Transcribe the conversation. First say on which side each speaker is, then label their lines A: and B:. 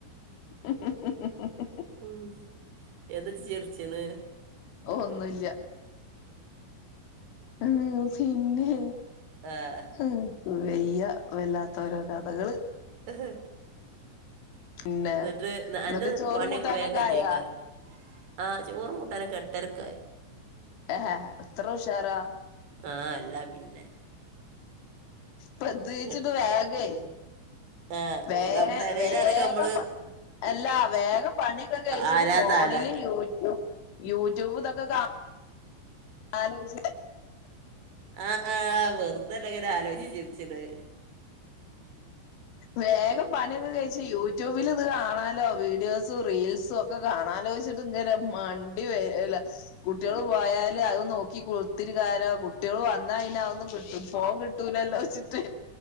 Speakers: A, on the left; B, on the right.
A: ഹ് ഹ് ഹ് ഹ്
B: ഉം എന്താജ് ചിർചിണ്?
A: ഓഹ് ഒന്നുല്ല ഉം പിന്നെ.
B: ആഹ്
A: ഇൻക്ക് വയ്യ വല്ലാത്തോരോ കഥകള്.
B: ഹ് ഹ്
A: പിന്നെ
B: ന്ന്ട്ട്
A: എന്നിട്ട്
B: അന്റെ
A: ചോറും
B: പണിക്കെ
A: കൂട്ടാനൊക്കെ
B: വേം കെജേജക്കാരം?
A: ആയാ
B: ആഹ് ചോറും കൂട്ടാനൊക്കെ എട്ടരക്കായി.
A: എഹ് ഹാ ഇത്ര ഉഷാറാ
B: ആഹ് എല്ല പിന്നെ.
A: പ്രത്യേകിച്ചിട്ട്
B: കെട്ട്-
A: വേഗേ
B: ആ
A: വേം
B: നം- പെരയിലാണെങ്കിൽ
A: വേഗം
B: നമ്മൾ
A: പ എല്ല വേഗം പണിയൊക്കെ കഴ്ച്ചിട്ട്
B: ആരാ
A: ഫോണില്
B: താലാ
A: യൂട്യൂ യൂട്യൂബ് ഇതൊക്കെ കാ ആലോച
B: ആഹ് ആഹ് വെർതല്ല ങ്ങനെ ആലോച്ച് ചിർച്ച്ണേ.
A: വേഗം പണിയൊക്കെ കയ് ച്ച് യൂട്യൂബ്ൽ ഇത് കാണാലോ വീഡിയോസും റീൽസും ഒക്കെ കാണാലോ ച്ചിട്ട് ഇങ്ങനെ മൺ <unintelligible> കുട്ട്യള് പോയാല് അത് നോക്കി കുത്തിരികാലോ കു കുട്ട്യൾ വന്നാ പിന്നെ അഹന്നും കിട്ടും ഫോൺ കിട്ടൂലല്ലോച്ചിട്ട്